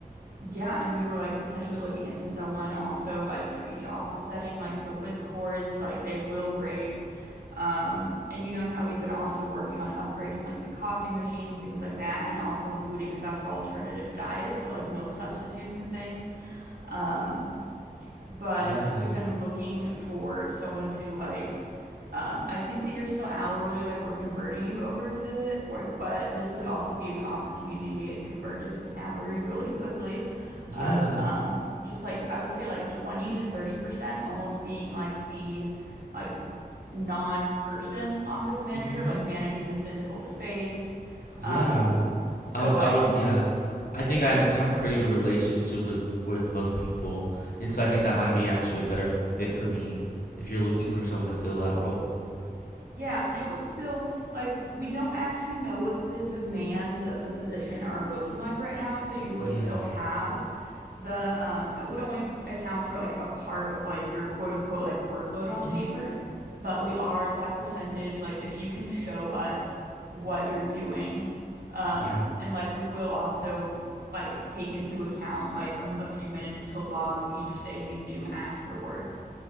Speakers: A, on the right; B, on the left.
A: Yeah, and we were like potentially looking into someone also like for each office setting, like so with cords, like they will break. Um, and you know how we've been also working on upgrading like the coffee machines, things like that, and also including stuff for alternative diets, so like milk substitutes and things. Um, but
B: yeah,
A: we've been looking for someone to like um I think that you're still hourly like we're converting you over to the work but this would also be a g opportunity to get converted to salary really quickly
B: yeah,
A: of um just like I would say like 20 to 30% almost being like the like non-person office manager
B: mm-hmm,
A: like managing the physical space
B: yeah.
A: um so
B: I would,
A: like
B: I would, yeah. I think I
A: like
B: have pretty good relationship with with most people, and so I think that might be actually a better fit for me if you're looking for someone to fill that role.
A: Yeah, and it would still, like, we don't actually know what the demands of the position are looking like right now, so you would
B: Yeah.
A: still have the, um, it would only account for like a part of like your quote unquote like workload on
B: Mm-hmm.
A: paper, but we are that percentage, like, if you can show us what you're doing, um,
B: Yeah.
A: and like we will also like take into account like a, a few minutes to log each thing you do afterwards.